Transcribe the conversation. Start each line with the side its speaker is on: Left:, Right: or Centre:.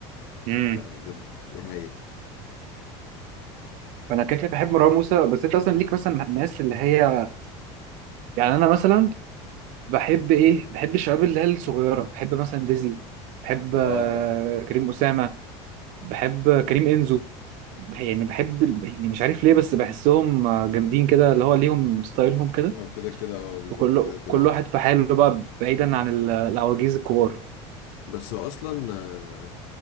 Right: امم
Left: لا هو بجد رايق
Right: فانا كده كده بحب مروان موسى بس انت اصلا ليك مثلا الناس اللي هي يعني انا مثلا بحب ايه بحب الشباب اللي هي الصغيره بحب مثلا ديزني بحب
Left: اه
Right: آه، كريم اسامه بحب كريم انزو بح- يعني بحب ال- يعني مش عارف ليه بس بحسهم آه، جامدين كده اللي هو ليهم ستايلهم كده
Left: أو كده كده اه بالظبط
Right: وكل
Left: كده كده
Right: كل
Left: عامة
Right: واحد في حاله بقى بعيدا عن ال- العواجيز الكبار
Left: بس هو أصلا آه